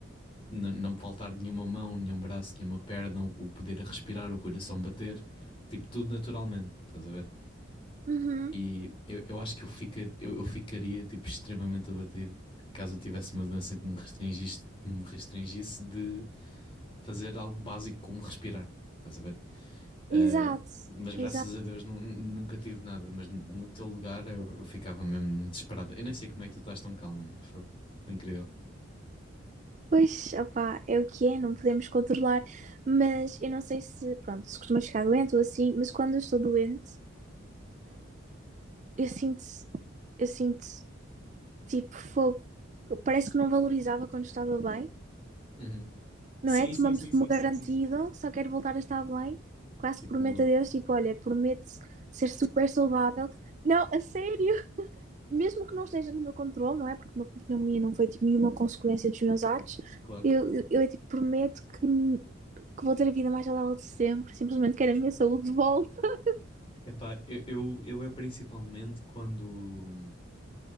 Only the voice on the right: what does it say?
Uhum.
Exato,
exato.
Pois, opá, é o que é, não podemos controlar. Mas eu não sei se, pronto, se costuma ficar doente ou assim, mas quando eu estou doente, eu sinto, eu sinto tipo fogo. Parece que não valorizava quando estava bem,
não
é? Tomamos
como
garantido,
só quero voltar a estar bem. Quase
que prometo a Deus, tipo, olha, prometo ser super saudável. Não, a sério, mesmo que não esteja no meu controle, não é? Porque uma pneumonia não foi tipo, nenhuma consequência dos meus atos.
Eu, eu, eu é tipo, prometo que que vou ter a vida mais saudável de sempre. Simplesmente quero a minha saúde de volta. <laughs>